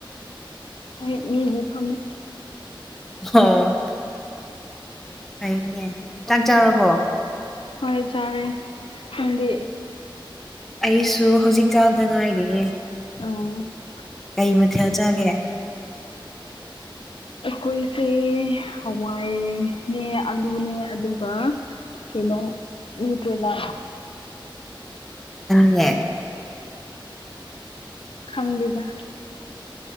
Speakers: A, on the left; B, in the centre.
A: ꯍꯣꯏ ꯃꯤꯒꯤ ꯐꯝꯃꯦ
B: ꯍ <unintelligible> <inaudible> ꯍꯩꯅꯦ ꯆꯪ ꯆꯔꯕꯣ
A: ꯍꯣꯏ ꯆꯥꯔꯦ ꯑꯗꯤ
B: ꯑꯩꯁꯨ ꯍꯧꯖꯤꯛ ꯆꯥꯕꯗ ꯉꯥꯏꯔꯤꯌꯦꯦ
A: ꯑꯥꯎ <unintelligible> <inaudible>
B: ꯀꯩ ꯃꯊꯦꯜ ꯆꯥꯒꯦ
A: ꯑꯩꯈꯣꯏꯁꯦ ꯍꯋꯥꯏꯅꯦ ꯑꯂꯨꯅꯦ ꯑꯗꯨ ꯑ ꯀꯩꯅꯣꯠꯇꯦꯂ
B: ꯑ <unintelligible> <inaudible>
A: ꯈꯪꯗꯦꯗ